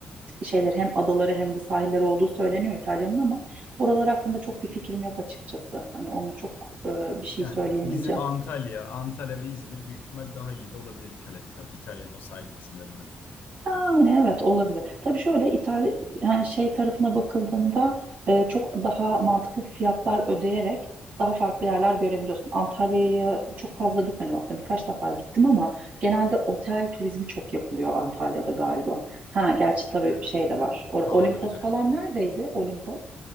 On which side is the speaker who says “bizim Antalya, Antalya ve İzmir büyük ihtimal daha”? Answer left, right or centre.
Left